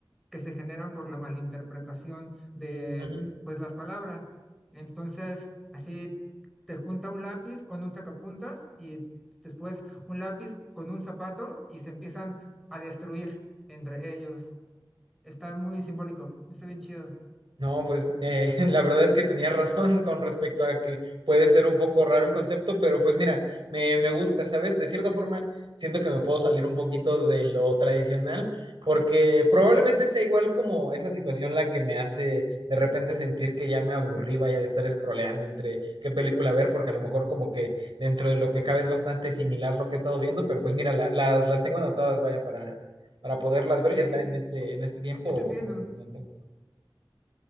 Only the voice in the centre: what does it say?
que se generan por la malinterpretación de,
pues, las palabras. Entonces, así te junta un lápiz con un sacapuntas y después un lápiz con un zapato y se empiezan a destruir entre ellos. Está muy simbólico, está bien chido.
Qué chido.
¿Qué
estás
viendo?